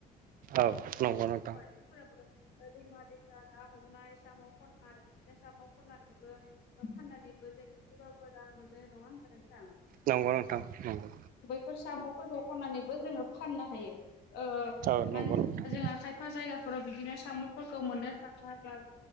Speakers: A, on the right; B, on the left.
A: औ नंगौ नोंथां
B: फोराबो दैमा दैसा ना हमनाय साम' खननाय बिदिनो साम' खननानैबो बा फाननानैबो जों एसेबाबो रां मोनो नङा होनोमबा नोंथां।
A: नंगौ नोंथां नंगौ
B: फोर साम'फोरखौ खननानैबो जोंङो फाननो हायो
A: औ नंगौ
B: मानो होन
A: नोंथां
B: जोंङो खायफा जायगाफोराव बिदिनो साम'फोरखौ मोननो थाङो बा